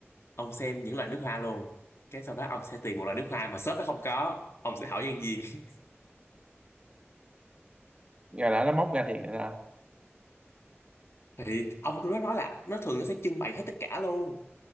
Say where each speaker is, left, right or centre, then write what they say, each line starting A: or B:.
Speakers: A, on the left; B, on the right.
A: ông xem những loại nước hoa luôn cái sau đó ông sẽ tìm một loại nước hoa mà shop nó không có ông sẽ hỏi nhân viên <laughs>
B: giờ đã nó móc ra thiệt rồi sao
A: thì ông tôi nó nói là nó thường nó sẽ trưng bày hết tất cả luôn